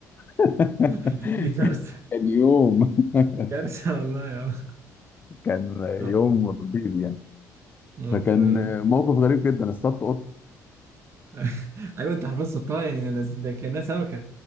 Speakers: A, on the left (about 30°); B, on the right (about 40°).
A: <laughs>
B: <laughs> دي كارثه
A: كان يوم <laughs>
B: كارثه والله يا
A: كان
B: اه
A: يوم رهيب يعني
B: اه
A: فكان
B: فعلا
A: موقف غريب جدا اصطدت قط
B: <laughs> ايوه انت حفظتها يعني أنا- ده كانها سمكه